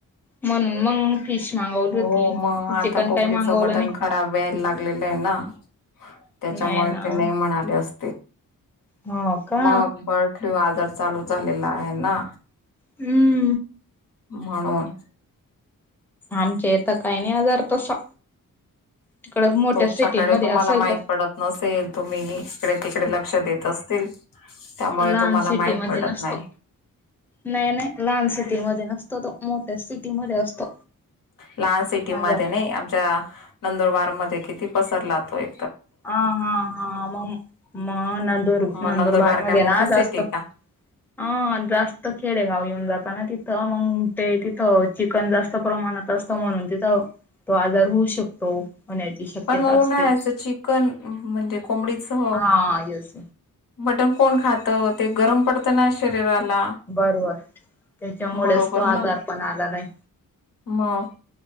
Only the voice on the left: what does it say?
हो
मग आता
कोंबडीचं
मटण
खराब यायला लागलेलं आहे ना त्याच्यामुळे
ते नाही म्हणाले अस
मग बर्ड फ्लू आजार चालू झालेला आहे ना
म्हणून.
तुमच्याकडे
तुम्हाला
माहित
पडत नसेल तुम्ही इकडे तिकडे लक्ष देत असतील. त्यामुळे
तुम्हाला
माहित पडत
नाही.
लहान सिटी मध्ये
नाही आमच्या नंदुरबार मध्ये किती पसरलातोय.
मग
काय मोठी
सिटी
का
पण मग
उन्हाळ्याचं चिकन म्हणजे कोंबडीच हो.
मटण कोण खातं ते गरम पडतं ना शरीराला.
बरोबर
ना
मग.